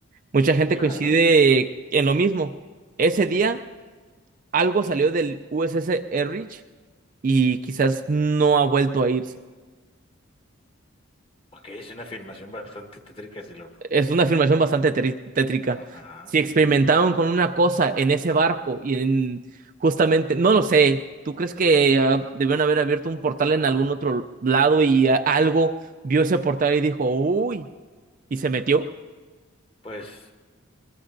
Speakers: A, on the right; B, on the left.
A: mucha gente
B: Claro.
A: coincide en lo mismo. Ese día algo salió del USS Erich y quizás no ha vuelto a ir
B: Ok, es una afirmación bastante tétrica, si lo...
A: Es una afirmación bastante teri- tétrica.
B: Ajá.
A: Si experimentaron con una cosa en ese barco y en justamente, no lo sé, ¿tú crees que ah, debieron haber abierto un portal en algún otro lado y ah, algo vio ese portal y dijo, uy, y se metió?
B: Pues